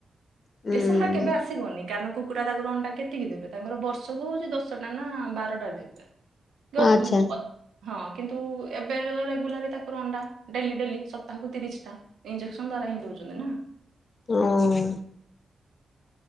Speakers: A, on the left (about 55°); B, on the right (about 80°).
A: ହୁଁ
B: ଦେଶୀ ଅଣ୍ଡା କେବେ ଆସିବନି। କାରଣ କୁକୁରା ତାକୁ ଅଣ୍ଡା କେତିକି ଦେବେ ତାଙ୍କର ବର୍ଷକୁ ହଉଛି ଦଶଟା ନା ବାରଟା ଦେବ। <unintelligible>
A: ଆଚ୍ଛା।
B: ହଁ କିନ୍ତୁ ଏବେ ରେଗୁଲାର ତା ଅଣ୍ଡା ଡେଲି ଡେଲି ସପ୍ତାହକୁ ତିରିଶ ଟା ଇଙ୍ଗେଶନ ଦ୍ଵାରା ହିଁ ଦଉଛନ୍ତି ନା।
A: ହଁ ଅ।